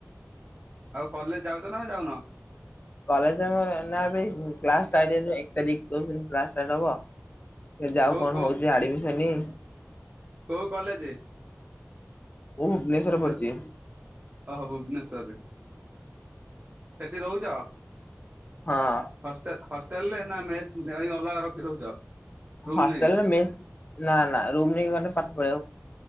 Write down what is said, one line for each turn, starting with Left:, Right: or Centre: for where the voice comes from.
Right: ଆଉ କଲେଜ ଯାଉଛ ନା ଯାଉନ?
Left: କଲେଜ ଏବେ କ୍ଲାସ ଷ୍ଟାଟ ହେଇନି, ଏକ ତାରିଖ କହିଚନ୍ତି କ୍ଲାସ ଷ୍ଟାଟ ହେବ। ସେ ଯାଉ
Right: କୋଉ
Left: କଣ
Right: କୋଉ
Left: ହଉଛି ଆଡମିସନି
Right: କୋଉ କଲେଜ?
Left: ମୁଁ
Right: <unintelligible>
Left: ଭୁବନେଶ୍ଵର ପଢୁଛି
Right: ଓ ହ ଭୁବନେଶରରେ। ସେଠି ରହୁଛ?
Left: ହଁ ଅ
Right: ହଷ୍ଟେ ହଷ୍ଟେଲରେ ନା ମେସ ଅଲଗା ରଖି ରହୁଛ? ରୁମ
Left: ହଷ୍ଟେଲ
Right: ନେଇକି?
Left: ରେ ମେସ ନା ନା ରୁମ ନେଇଗଲେ ପାଠ ପ